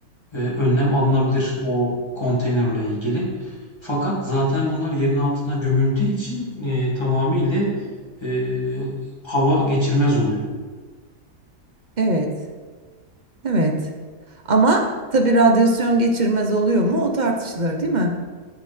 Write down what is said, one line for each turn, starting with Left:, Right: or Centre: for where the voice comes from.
Left: eee, önlem alınabilir o konteynerle ilgili. Fakat zaten bunlar yerin altına gömüldüğü için eee tamamıyla eee, hava geçirmez oluyor.
Right: Evet. Evet. Ama tabii radyasyon geçirmez oluyor mu? O tartışılır, değil mi?